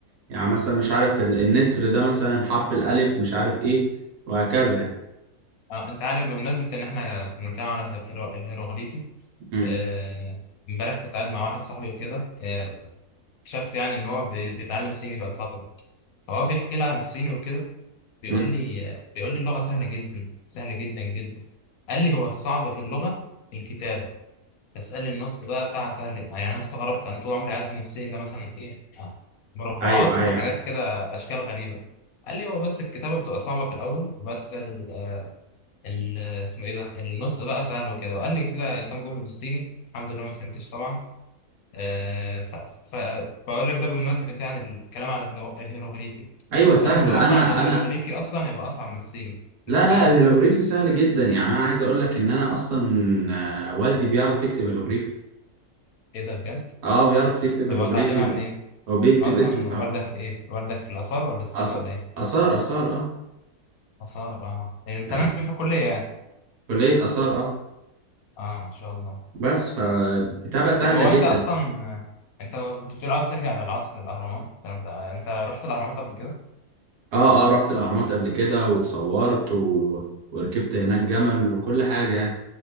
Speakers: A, on the right (about 75°); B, on the left (about 70°).
A: يعني مثلا مش عارف ال- النسر ده مثلا حرف الألف مش عارف إيه وهكذا يعني
B: اه انت عارف بمناسبه ان احنا بنتكلم على الهيرو- الهيروغليفي
A: مم.
B: آه، امبارح كنت قاعد مع واحد صاحبي وكده آه، اكتشفت يعني ان هو بي- بيتعلم صيني بقاله فتره فهو بيحكي لي عن الصيني وكده بيقول
A: مم.
B: لي بيقول لي اللغه سهله جدا سهله جدا جدا قال لي هو الصعب في اللغه الكتابه اسألني النطق بقى بتاع سهل يبقى. يعني انا استغربت انا طول عمري عارف ان الصيني ده مثلا ايه آه، مربعات
A: أيوه أيوه
B: وحاجات
A: أيوه
B: كده اشكال غريبة قال لي هو بس الكتابة بتبقى صعبة في الاول وبس ال ال اسمه ايه ده النطق بقى سهل وكده وقال لي كده كام جملة بالصيني الحمد لله ما فهمتش طبعا آه ف ف بقول لك ده بمناسبة يعني الكلام عن الهيرو- الهيروغليفي
A: أيوه سهل
B: فانا متوقع
A: أنا
B: ان الهيروغليفي
A: أنا
B: اصلا هيبقى اصعب من الصيني
A: لا
B: انت فاهم
A: لا الهيلوغريفي سهل جدا يعني أنا عايز أقول لك إن أنا أصلا آه، والدي بيعرف يكتب هيلوغريفي
B: ايه ده بجد
A: أه بيعرف يكتب
B: طب
A: هيلوغريفي
B: اتعلمها منين
A: وبيكتب
B: اصلا
A: اسم
B: والدك
A: آه،
B: ايه والدك في الاثار ولا السياحة
A: أث-
B: ولا ايه
A: آثار آثار أه
B: آثار اه يعني انت
A: يعني
B: ناوي في الكلية يعني
A: كلية آثار اه
B: اه ان شاء الله
A: بس فالكتابة سهلة
B: طب هو
A: جدا
B: انت اصلا آه، انت كنت بتقول عاوز ترجع للعصر الاهرامات الكلام ده آه، انت رحت الاهرامات قبل كده
A: اه اه رحت الأهرامات قبل كده واتصورت و... وركبت هناك جمل وكل حاجة يعني